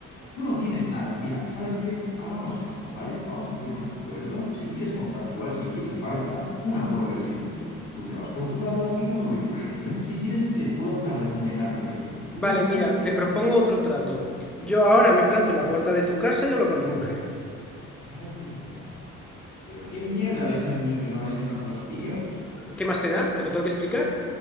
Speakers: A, on the left; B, in the centre.
A: Tú no tienes nada. Mira, ¿sabes qué? Hagamos esto, ¿vale? Vamos a hacer un acuerdo. Si quieres contractual, si quieres falta, un acuerdo de silencio. Tú te vas por tu lado y yo me voy por el mío. Si quieres, te puedo hasta remunerar por ello. Y ya
B: Vale,
A: está.
B: mira, te propongo otro trato. Yo ahora me planto en la puerta de tu casa y hablo con tu mujer.
A: Cago en la- Pero qué mierda ves en mí que no ves en otros tíos.
B: ¿Qué más te da? Te lo tengo que explicar.